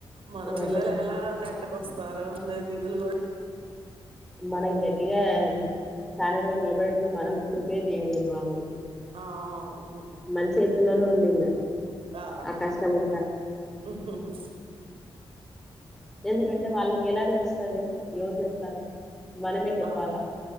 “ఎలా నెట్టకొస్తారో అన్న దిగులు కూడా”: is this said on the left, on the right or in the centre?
Right